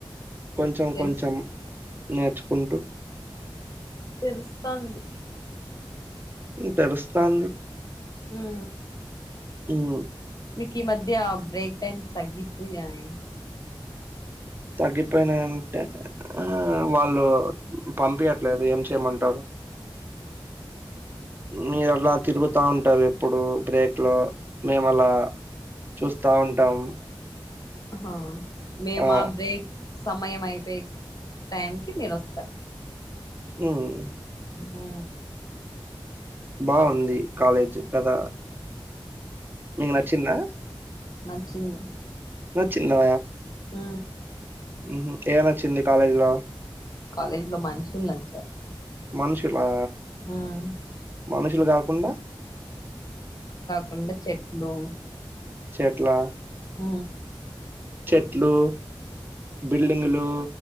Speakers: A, on the right; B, on the left.
A: కొంచెం
B: తెలుసు
A: కొంచెం నేర్చుకుంటూ
B: తెలుస్తాంది
A: ఉమ్ తెలుస్తాంది
B: ఆ
A: హ్మ్.
B: మీకీమధ్య బ్రేక్ టైమ్స్ తగ్గిపోయాయి
A: తగ్గిపోయినయన్ ఆ వాళ్ళు పంపియట్లేదు ఏం చేయమంటారు మీరలా తిరుగుతా ఉంటరు ఎప్పుడు బ్రేక్ లో మేమలా చూస్తా ఉంటాం
B: హా మేము
A: ఆ!
B: మా బ్రేక్ సమయం అయిపోయే టైంకి మీరోస్తరు
A: ఉమ్
B: ఆ
A: బావుంది కాలేజ్ కదా మీకు నచ్చిందా
B: మచ్చింది
A: నచిందా
B: ఆ
A: ఉహు ఏం నచ్చింది కాలేజీ లో
B: కాలేజ్ లో మనుషులు నచ్చారు
A: మనుషులా
B: ఉమ్
A: మనుషులు కాకుండా
B: కొండ చెట్లు
A: చెట్లా
B: ఊ
A: చెట్లు బిల్డింగులు